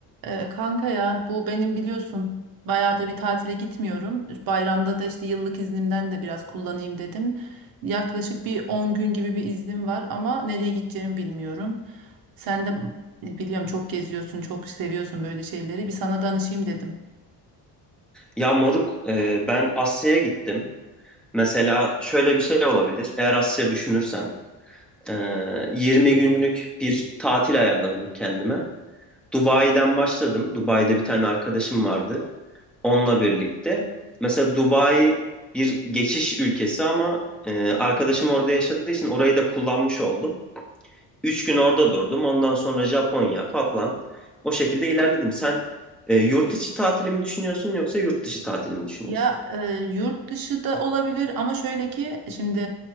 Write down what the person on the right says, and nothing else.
Ee, kanka ya bu benim biliyorsun bayağıdır bir tatile gitmiyorum. Bayramda da işte yıllık iznimden de biraz kullanayım dedim. Yaklaşık bir 10 gün gibi bir iznim var ama nereye gideceğimi bilmiyorum. Sen de biliyorum çok geziyorsun, çok seviyorsun böyle şeyleri. Bir sana danışayım dedim.
Ya e, yurt dışı da olabilir ama şöyle ki şimdi